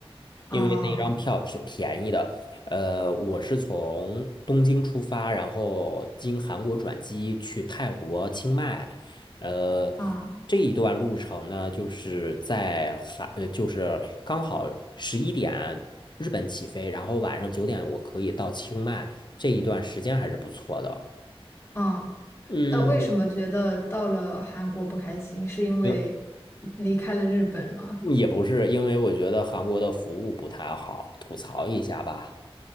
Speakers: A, on the left; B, on the left.
A: 因为那张票挺便宜的。
B: 哦。
A: 呃，我是从东京出发，然后经韩国转机去泰国清迈。呃，
B: 啊，
A: 这一段路程呢，就是在韩，呃，就是刚好十一点日本起飞，然后晚上九点我可以到清迈，这一段时间还是不错的。
B: 嗯，
A: 嗯，
B: 那为什么觉得到了韩国不开心？是因为离开了日本吗？
A: 因也不是，因为我觉得韩国的服务不太好，吐槽一下吧。